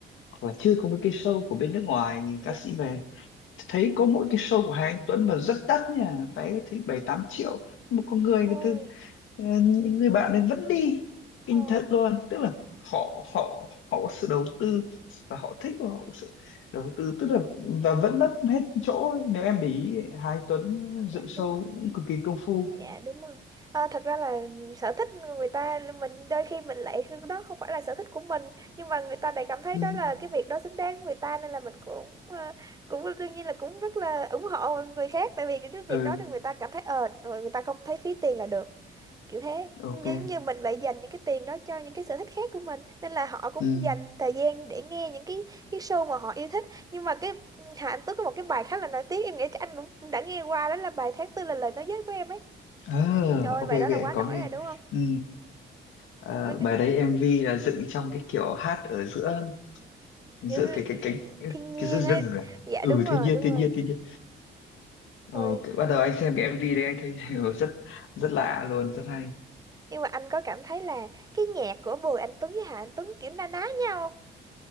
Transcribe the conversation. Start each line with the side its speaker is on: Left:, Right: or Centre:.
Left: hoặc là chưa có mấy cái show của bên nước ngoài ca
Right: dạ
Left: sĩ về thấy có mỗi cái show của Hà Anh Tuấn mà rất đắt nha vé thấy bảy tám triệu Thế mà con người người
Right: ôi
Left: ta ờ, những người bạn này vẫn đi kinh
Right: ờ
Left: thật luôn tức là họ họ họ có sự đầu tư và họ thích và họ có sự đầu tư tức là và vẫn mất hết chỗ ấy. nếu em để ý Hà Anh Tuấn
Right: dạ
Left: dựng show
Right: đúng rồi
Left: cũng cực kỳ công phu
Right: dạ đúng rồi Ờ, thật ra là sở thích người ta mình đôi khi mình lại đó không phải là sở thích của mình nhưng mà người ta lại cảm thấy
Left: ừ,
Right: đó là cái việc đó xứng đáng với người ta nên là mình cũng ờ, cũng đương nhiên là cũng rất là ủng hộ người khác tại vì cái việc
Left: ừ
Right: đó thì người ta cảm thấy ờ người ta không thấy phí tiền là được kiểu thế
Left: ok
Right: giống như mình lại dành những cái tiền đó cho những cái sở thích khác của mình nên là họ cũng
Left: ừ.
Right: dành thời gian để nghe những cái cái show mà họ yêu thích nhưng mà cái Hà Anh Tuấn có một cái bài khá là nổi tiếng em nghĩ chắc anh cũng cũng đã nghe qua đó là bài tháng tư là lời nói dối của em ấy
Left: à,
Right: trời ơi
Left: ok
Right: bài
Left: ok
Right: đó là quá
Left: anh có
Right: nổi
Left: nghe
Right: rồi đúng không
Left: ừ. Ờ,
Right: ôi cái
Left: bài đấy MV là dựng trong cái kiểu hát ở giữa giữa
Right: giữa
Left: cái cái cái
Right: thiên nhiên
Left: cái giữa rừng
Right: ấy
Left: rồi.
Right: dạ
Left: Ừ
Right: đúng rồi
Left: thiên nhiên
Right: đúng
Left: thiên
Right: rồi
Left: nhiên thiên nhiên.
Right: thôi
Left: Ờ, cái, bắt đầu anh xem cái MV đấy anh thấy <laughs> rất rất lạ luôn rất hay.
Right: nhưng mà anh có cảm thấy là cái nhạc của Bùi Anh Tuấn với Hà Anh Tuấn kiểu na ná nhau